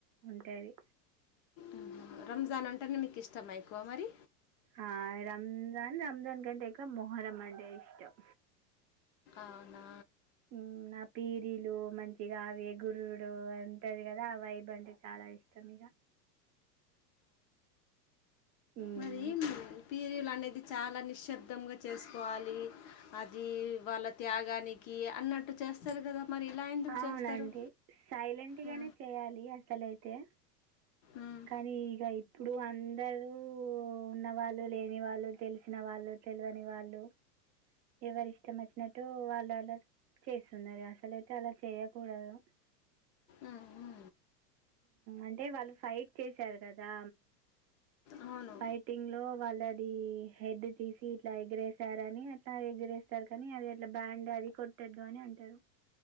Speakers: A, on the right; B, on the left.
A: ఉంటది
B: ఆహా రంజాన్ అంటేనే నీకు ఇష్టంమ ఎక్కువ మరి
A: ఆ రంజాన్ రంజాన్ కంట ఎక్కువ మొహరమాంట ఇష్టం
B: అవునా
A: ఉమ్ నా పీరీలు మంచిగా అవి గుర్రు ఉమ్ అంటది కదా ఆహ్ వైబ్ అంటే చాలా ఇష్టం ఇక ఉమ్,
B: మరి తిర్ అనేది చాలా నిశ్శబ్దంగా చేసుకోవాలి అది వాళ్ళ త్యాగానికి అన్నట్టు చేస్తారు కదా మరి ఇలా ఎందుకు
A: అవునండి
B: చేస్తారు
A: సైలెంట్గానే
B: ఆ.
A: చేయాలి అసలైతే
B: ఉమ్,
A: కానీ ఇగ ఇప్పుడు అందరూ ఉన్నవాళ్ళు లేని వాళ్ళు తెలిసిన వాళ్ళు తెలవని వాళ్లు ఎవరి ఇష్టం వచ్చినట్ వాల్ అలా చేస్తున్నారు అసలయితే అలా చేయకూడదు
B: ఆహా
A: అంటే వాళ్ళు ఫైట్ చేశారు కదా
B: అవును
A: ఫైటింగ్ లో వాళ్ళదీ హెడ్ తీసి ఇట్లా ఎగిరేసారు అని అట్లా ఎగిరేస్తారు కానీ అది అట్లా బ్యాండ్ అది కొట్టద్దు అని అంటారు